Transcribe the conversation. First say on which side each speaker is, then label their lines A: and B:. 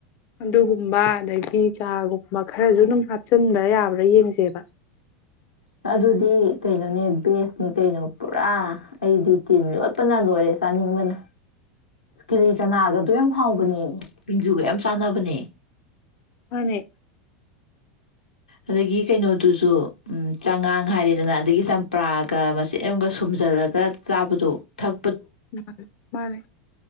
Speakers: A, on the left; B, on the left.
A: ꯑꯗꯨꯒꯨꯝꯕ ꯑꯗꯒꯤ ꯀꯄꯤ ꯆꯥꯒꯨꯝꯕ ꯈꯔꯁꯨ ꯑꯗꯨꯝ ꯍꯥꯞꯆꯤꯟꯕ ꯌꯥꯕ꯭ꯔ ꯌꯦꯡꯁꯦꯕ
B: ꯑꯗꯨꯗꯤ ꯀꯩꯅꯣꯅꯦ ꯕꯦꯁꯅꯤ ꯀꯩꯅꯣ ꯄꯨꯔꯥ ꯑꯩꯗꯤ ꯇꯤꯟ ꯌꯣꯠꯄꯅ ꯂꯣꯏꯔꯦ ꯆꯥꯅꯤꯡꯕꯅ ꯀꯤꯂꯤ ꯆꯅꯥ ꯒꯇꯣ ꯌꯥꯝ ꯌꯥꯝ ꯍꯥꯎꯕꯅꯦ ꯁꯤꯡꯖꯨꯒ ꯌꯥꯝ ꯆꯥꯟꯅꯕꯅꯦ
A: ꯃꯅꯦ
B: ꯑꯗꯒꯤ ꯀꯩꯅꯣꯗꯨꯁꯨ ꯎꯝ ꯆꯥꯉꯥꯡ ꯍꯥꯏꯔꯦꯗꯅ ꯑꯗꯒꯤ ꯆꯝꯄ꯭ꯔꯥꯒ ꯃꯆꯦꯠ ꯑꯝꯒ ꯁꯣꯏ ꯁꯨꯝꯖꯤꯜꯂꯒ ꯆꯥꯕꯗꯣ ꯊꯛ
A: ꯃꯥ ꯃꯥꯅꯦ